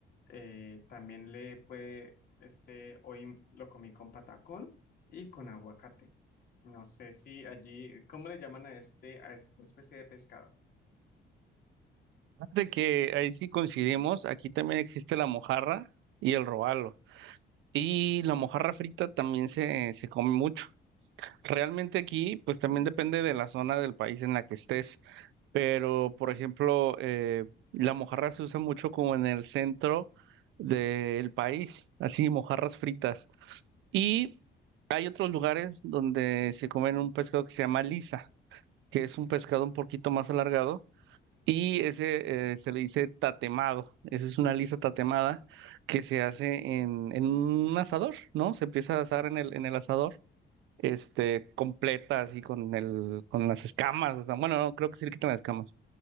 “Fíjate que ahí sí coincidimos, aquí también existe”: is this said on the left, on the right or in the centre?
Right